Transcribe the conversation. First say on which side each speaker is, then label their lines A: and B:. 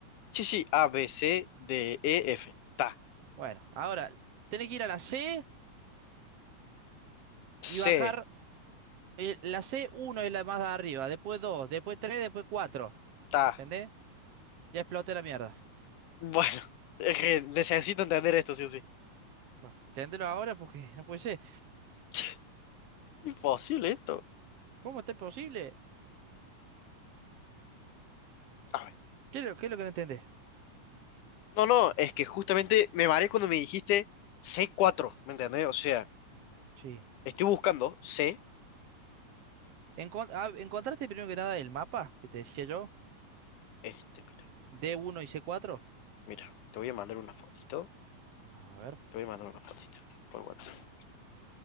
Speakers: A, on the left; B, on the right.
A: Sí, sí, A, B, C, D, E, F. Ta,
B: Bueno, ahora tenés que ir a la C
A: C,
B: y bajar. eh, la C, uno es la más de arriba, después 2, después 3, después cuatro,
A: ta.
B: ¿Entendés? Ya exploté la mierda.
A: Bueno, <laughs> es que necesito entender esto, sí o sí.
B: Bueno, entendelo ahora porque <laughs> no puede ser.
A: <laughs> Imposible esto.
B: ¿Cómo está posible?
A: A ver.
B: ¿Qué es lo, qué es lo que no entendés?
A: No, no, es que justamente me mareé cuando me dijiste c cuatro ¿me entendés? O sea,
B: Sí.
A: estoy buscando C,
B: Encon- ah, ¿encontraste primero que nada el mapa que te decía yo?
A: este, mira,
B: d uno y c cuatro.
A: mira, te voy a mandar una fotito,
B: A ver,
A: te voy a mandar una fotito por WhatsApp,